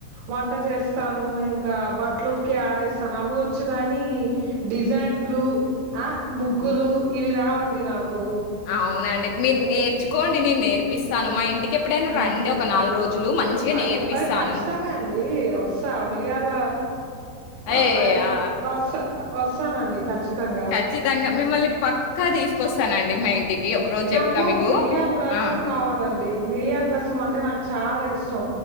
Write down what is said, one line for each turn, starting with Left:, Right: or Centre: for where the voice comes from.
Right: వంట చేస్తాను ఇంకా బట్లు ఉతికి ఆరేస్తాను అవొచ్చుగాని డిజైన్లు ఆ ముగ్గులు ఇవి రావండి నాకు
Left: అవునండి. మీరు నేర్చుకోండి నేను నేర్పిస్తాను మా ఇంటి ఎప్పుడైనా
Right: ఆ
Left: రండి ఒక నాలుగు రోజులు మంచిగా
Right: అయ్
Left: నేర్పిస్తాను
Right: అయ్ ఖచ్చితంగా అండి వస్తా మిరియాల
Left: అయ్యయా
Right: అ అదే వస్తా వస్తానండి ఖచ్చితంగా.
Left: ఖచ్చితంగా మిమ్మల్ని పక్క తీసుకొస్తానండి మా ఇంటికి ఒకరోజు
Right: నాకు
Left: చెప్తా మీకు.
Right: మిరియాల రసం
Left: ఆ!
Right: కావాలండి మిరియాల రసం అంటే నాకు చాలా ఇష్టం